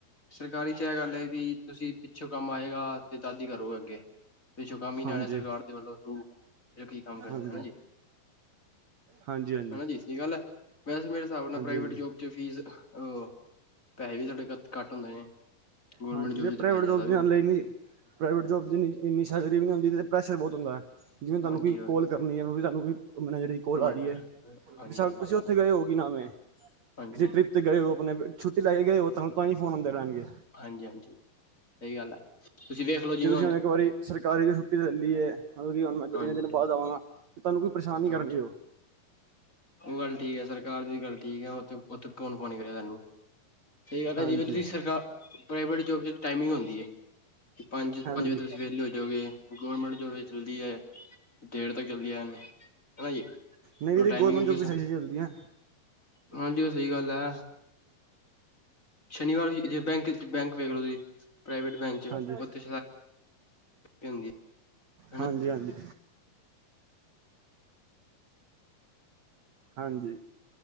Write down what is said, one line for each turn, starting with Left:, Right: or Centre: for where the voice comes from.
Left: ਸਰਕਾਰੀ 'ਚ ਇਹ ਗੱਲ ਹੈ ਵੀ ਤੁਸੀਂ ਪਿੱਛੋਂ ਕੰਮ ਆਏਗਾ ਤੇ ਦਾਦੀ ਕਰੋਗੇ ਅੱਗੇ ਪਿੱਛੋਂ ਕੰਮ ਹੀ ਨਾਲਿਆ
Right: ਹਾਂਜੀ
Left: ਸਰਕਾਰ ਦੇ ਵੱਲੋਂ ਰੂ ਰੱਖੀ ਕੰਮ ਕਰਨਾ
Right: ਹਾਂਜੀ
Left: ਹਨਾ
Right: ਹਾਂਜੀ
Left: ਜੀ
Right: ਹਾਂਜੀ ਹਾਂਜੀ
Left: ਹਨਾ <inaudible> ਵੈਸੇ ਮੇਰੇ ਹਿਸਾਬ ਨਾਲ ਪ੍ਰਾਈਵੇਟ
Right: ਹਾਂਜੀ
Left: ਜੋਬ ਚ ਫੀਸ ਉਹ ਪੈਸੇ ਵੀ ਸਾਡੇ ਘੱ ਘੱਟ ਹੁੰਦੇ ਨੇ ਗੌਰਮੈਂਟ
Right: ਹਾਂਜੀ
Left: ਜੋਬ
Right: ਇਹ
Left: ਚ
Right: ਪ੍ਰਾਈਵੇਟ
Left: ਪੈਸੇ ਜ਼ਿਆਦਾ
Right: ਜੋਬ
Left: ਵੀ
Right: ਦੇ
Left: ਹੁੰਦੇ
Right: ਨਾਲਨੀ ਪ੍ਰਾਈਵੇਟ ਜੋਬ ਦੀ ਇੰਨੀ ਸੈਲਰੀ ਵੀ ਨੀ ਹੁੰਂਦੀ ਪ੍ਰੈਸ਼ਰ ਬਹੁ ਗਾ ਜਿਵੇਂ ਤੁਹਾਨੂੰ
Left: ਹਾਂਜੀ
Right: ਕੋਈ ਕੋਲ ਕਰਨੀ ਹੈ ਸਾਨੂੰ ਮੇਰੀ ਜਿਹੜੀ ਕੋਲ
Left: ਪਰਮਾਨੈਂਟ
Right: ਆ ਰਹੀ ਹੈ
Left: ਹਾਂਜੀ
Right: ਬ ਸ਼ਾਇਦ
Left: ਹਾਂਜੀ
Right: ਤੁਸੀਂ
Left: ਹਾਂਜੀ
Right: ਉੱਥੇ ਗਏ ਹੋ ਕੀ ਨਾਮ ਹੈ। ਕਿਸੀ
Left: ਹਾਂਜੀ
Right: ਟ੍ਰਿਪ ਤੇ ਗਏ ੳ ਆਪਣੇ ਛੁੱਟੀ ਲੈ ਕੇ ਗਏ ਉਹ ਤਾਂ ਹੀ ਫੋਨ ਆਉਂਦੇ ਰੈਣਗੇ।
Left: ਹਾਂਜੀ ਹਾਂਜੀ ਸਹੀ ਗੱਲ ਹੈ। ਤੁਸੀਂ ਵੇਖ ਲਓ ਜਿਵੇਂ
Right: ਜੇ ਤੁਸੀਂ ਹੁਣ ਇੱਕ ਵਾਰੀ ਸਰਕਾਰੀ ਛੁੱਟੀ ਲੈ ਲਈਏ ਮਤਲਬ ਕਿ ਹੁਣ ਮੈਂ
Left: ਹਾਂਜੀ
Right: ਇੰਨੇ ਦਿਨ
Left: ਹਾਂਜੀ
Right: ਬਾਅਦ ਆਵਾਂਗਾ ਤੁਹਾਨੂੰ ਕੋਈ ਪਰੇਸ਼ਾਨ ਨਹੀਂ
Left: ਹਾਂਜੀ
Right: ਕਰਨਗੇ, ਉਹ-
Left: ਉਹ ਗੱਲ ਠੀਕ ਹੈ ਸਰਕਾਰ ਦੀ ਵੀ ਗੱਲ ਠੀਕ ਹੈ। ਅਤੇ ਉੱਥੋਂ ਕੌਣ ਫੋਨ ਨਹੀਂ ਕਰਿਆ ਤੁਹਾਨੂੰ ਸਹੀ ਗੱਲ ਹੈ
Right: ਹਾਂਜੀ
Left: ਜਿਵੇਂ ਤੁਸੀਂ ਸਰਕਾਰ ਪ੍ਰਾਈਵੇਟ ਜੋਬ 'ਚ ਟਾਈਮਿੰਗ ਹੁੰਦੀ ਹੈ ਕਿ ਪੰਜ
Right: ਹਾਂਜੀ
Left: ਪੰਜ ਵਜੇ ਤੁਸੀਂ ਵਿਹਲੇ ਹੋ ਜਾਓਗੇ। ਗੌਰਮੈਂਟ ਜੋਬ ਚਲਦੀ ਹੈ ਦੇਰ ਤੱਕ ਚਲਦੀ ਹੈ। ਹਨਾ ਜੀ।
Right: ਨਹੀਂ
Left: ਉਹ
Right: ਇਹਦੀ
Left: ਟਾਈਮਿੰਗ
Right: ਗੌਰਮੈਂਟ ਜੋਬ
Left: ਵੀ
Right: ਕਿਸ ਤਰ੍ਹਾਂ ਚੱਲਦੀ ਐ।
Left: ਹਾਂਜੀ ਉਹ ਸਹੀ ਗੱਲ ਹੈ ਸ਼ਨੀਵਾਰ ਜੇ ਬੈਂਕ ਬੈਂਕ ਵੇਖ ਲੋ ਤੁਸੀਂ ਪ੍ਰਾਈਵੇਟ ਬੈਂਕ ਚ
Right: ਹਾਂਜੀ
Left: ਉਥੇ ਹੁੰਦੀ ਹੈ। ਹਨਾ
Right: ਹਾਂਜੀ ਹਾਂਜੀ ਹਾਂਜੀ।